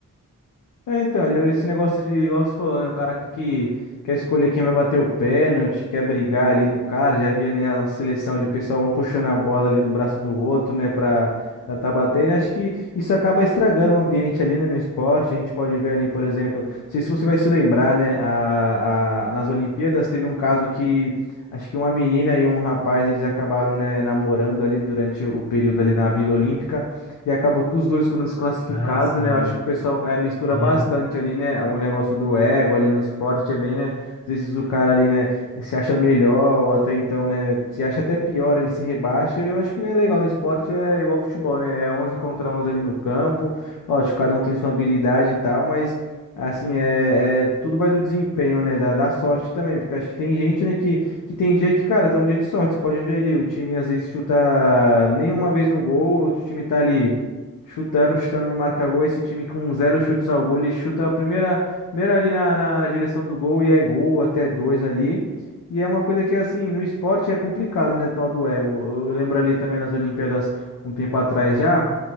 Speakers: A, on the left; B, on the left.
A: É, então, olha, esse negócio de, igual você falou, né? O cara que, que quer escolher quem vai bater o pênalti, quer brigar ali com o cara. Já havia na seleção ali o pessoal um puxando a bola ali do braço do outro, né? Pra, pra tá batendo. Acho que isso acaba estragando o ambiente ali, né? No esporte. A gente pode ver ali, por exemplo, não sei se você vai se lembrar, né? A, a- nas Olimpíadas teve um caso que. Acho que uma menina e um rapaz, eles acabaram, né, namorando ali durante o período ali na Vila Olímpica. E acabou que os dois foram desclassificados,
B: Ah, sim,
A: né? Eu acho que o pessoal é, mistura
B: lembro.
A: bastante ali, né? O negócio do ego ali no esporte é bem, né? Às vezes o cara ali, né, se acha melhor, ou até então, né, se acha até pior, ele se rebaixa. Eu acho que não é legal no esporte, é igual ao futebol, né? É 11 contra 11 ali no campo. Lógico, cada um tem sua habilidade e tal, mas. Assim, é, é- tudo vai do desempenho, né? Da, da sorte também, porque acho que tem gente, né, que que tem dia que, cara, tá um dia de sorte. Você pode ver ali, o time às vezes chuta nenhuma vez no gol, o outro time tá ali chutando, chutando, não marca gol. Esse time com zero chutes ao gol, ele chuta a primeira, primeira ali na, na, na direção do gol e é gol, até dois ali. E é uma coisa que, assim, no esporte é complicado, né? O tal do ego. Eu lembro ali também nas Olimpíadas, um tempo atrás já,